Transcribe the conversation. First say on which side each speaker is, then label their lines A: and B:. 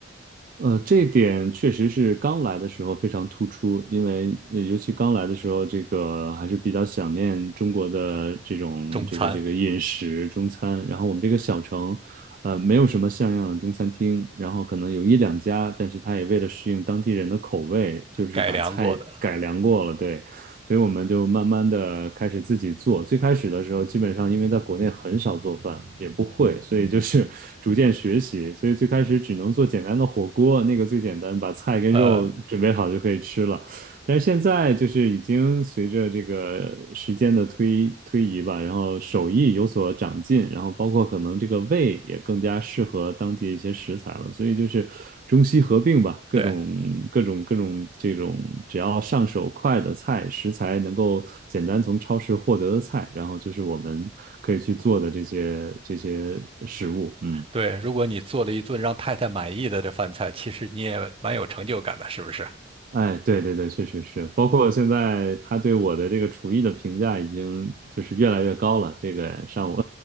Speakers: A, on the right; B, on the right.
A: 呃，这点确实是刚来的时候非常突出，因为呃尤其刚来的时候，这个还是比较想念中国的这种这个这个饮食中餐。
B: 中餐
A: 然后我们这个小城，呃，没有什么像样的中餐厅，然后可能有一两家，但是他也为了适应当地人的口味，就是把菜改良过了，
B: 改良过的，
A: 对。所以我们就慢慢的开始自己做。最开始的时候，基本上因为在国内很少做饭，也不会，所以就是 <laughs> 逐渐学习。所以最开始只能做简单的火锅，那个最简单，把菜跟肉准备好就可以吃了。
B: 呃，
A: 但是现在就是已经随着这个时间的推推移吧，然后手艺有所长进，然后包括可能这个味也更加适合当地一些食材了，所以就是中西合并吧，各种各种各种这种只要上手快的菜，
B: 对
A: 食材能够简单从超市获得的菜，然后就是我们可以去做的这些这些食物，嗯。
B: 对，如果你做了一顿让太太满意的这饭菜，其实你也蛮有成就感的，是不是
A: 哎，对对对，确实是，包括现在他对我的这个厨艺的评价已经就是越来越高了，这个上午